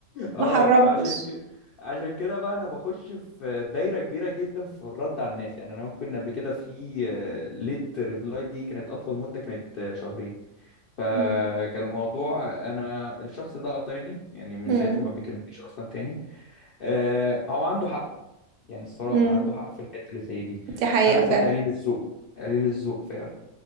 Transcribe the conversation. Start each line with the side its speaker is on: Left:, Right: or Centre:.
Left: اه
Right: ما حرمتش
Left: فعشان كده عشان كده بقى انا بخش في دايره كبيره جدا في الرد على الناس يعني انا ممكن قبل كده في آه، ليت ريبلاي دي كانت اطول مده كانت آه، شهرين فكان
Right: هم
Left: الموضوع انا الشخص ده قاطعني يعني من
Right: هم
Left: ساعتها ما بيكلمنيش اصلا تاني آه، هو عنده حق يعني الصراحه
Right: هم
Left: عنده حق في الحته اللي زي دي
Right: دي حقيقه
Left: انا
Right: فعلا
Left: كنت قليل الذوق قليل الذوق فعلا